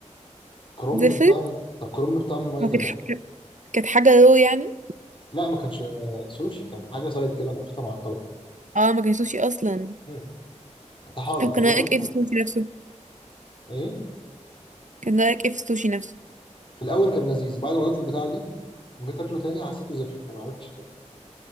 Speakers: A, on the left (about 45°); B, on the right (about 80°).
A: كرومب
B: زفت؟
A: بطعم طب كرومب بطعم ميه
B: ما كانت
A: البحر
B: ح- كانت حاجة رو يعني؟
A: لا ما كانش سوشي كان حاجه سايد كده محطوطه مع الطبق
B: اه ما كانش سوشي اصلا
A: امم طحالب
B: طب
A: كنت
B: كان
A: باكل
B: رأيك
A: طحالب
B: ايه في السوشي نفسه؟
A: ايه
B: كان رأيك ايه في السوشي نفسه؟
A: في الاول كان لذيذ بعد ما دوت البتاع دي لما جيت اكله تاني حسيته زفر فما عرفتش كده